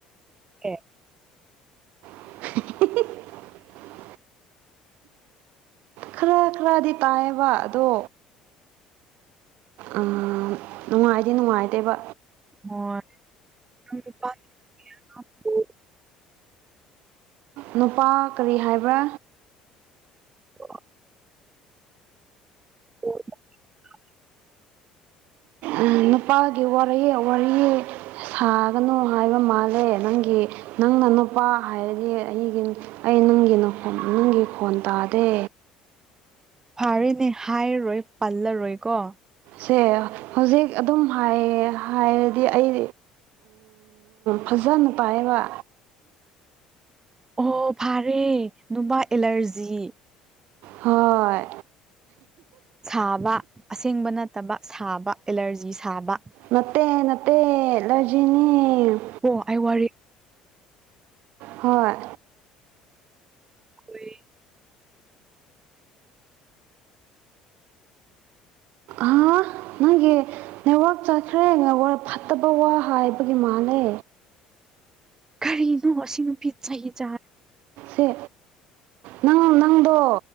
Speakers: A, on the right; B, on the right.
A: ꯑꯦ
B: <unintelligible> ꯈꯔ ꯈꯔꯗꯤ ꯇꯥꯏꯌꯦꯕ ꯑꯗꯣ ꯑ ꯅꯨꯡꯉꯥꯏꯗꯤ ꯅꯨꯡꯉꯥꯏꯇꯦꯕ
A: ꯍꯣꯏ <unintelligible> <unintelligible>
B: ꯅꯨꯄꯥ ꯀꯔꯤ ꯍꯥꯏꯕ꯭ꯔꯥ
A: ꯑꯣ ꯑꯣ <unintelligible> <unintelligible>
B: ꯎꯝ ꯅꯨꯄꯥꯒꯤ ꯋꯥꯔꯤ ꯋꯥꯔꯤꯌꯦ ꯁꯥꯒꯅꯨ ꯍꯥꯏꯕ ꯃꯥꯜꯂꯦ ꯅꯪꯒꯤ ꯅꯪꯅ ꯅꯨꯄꯥ ꯍꯥꯏꯔꯗꯤ ꯑꯩꯒꯤ ꯑꯩ ꯅꯨꯡꯒꯤ ꯅꯨꯡꯒꯤ ꯈꯣꯟ ꯇꯥꯗꯦ
A: ꯐꯔꯦꯅꯦ ꯍꯥꯏꯔꯔꯣꯏ ꯄꯜꯂꯔꯣꯏꯀꯣ
B: ꯁꯦ ꯍꯧꯖꯤꯛ ꯑꯗꯨꯝ ꯍꯥꯏ ꯍꯥꯏꯔꯗꯤ ꯑꯩ ꯐꯖꯅ ꯄꯥꯏꯌꯦꯕ
A: ꯑꯣ ꯐꯥꯔꯦ ꯅꯨꯡꯕꯥ ꯑꯦꯂꯔꯖꯤ
B: ꯍꯣꯏ
A: ꯁꯥꯕ ꯑꯁꯦꯡꯕ ꯅꯠꯇꯕ ꯁꯥꯕ ꯑꯦꯂꯔꯖꯤ ꯁꯥꯕ
B: ꯅꯠꯇꯦ ꯅꯠꯇꯦꯂꯔꯖꯤꯅꯤ
A: ꯑꯣ ꯑꯩꯥꯏ ꯋꯥꯔꯤ
B: ꯍꯣꯏ
A: ꯑꯩꯣꯏ
B: ꯑ ꯅꯪꯦ ꯅꯦꯠꯋꯥꯛ ꯆꯠꯈ꯭ꯔꯦ ꯅꯦꯠꯋꯥꯛ ꯐꯠꯇꯕ ꯋꯥ ꯍꯥꯏꯕꯒꯤ ꯃꯥꯜꯂꯦ
A: ꯀꯔꯤꯅꯣ ꯉꯁꯤ ꯅꯨꯄꯤ ꯆꯍꯤ ꯆꯥ
B: ꯎꯆ ꯅꯪ ꯅꯪꯗꯣ